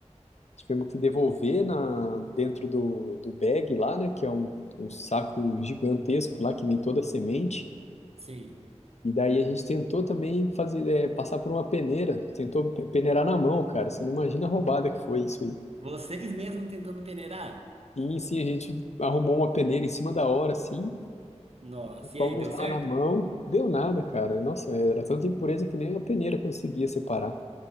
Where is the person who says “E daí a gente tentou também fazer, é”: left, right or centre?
Left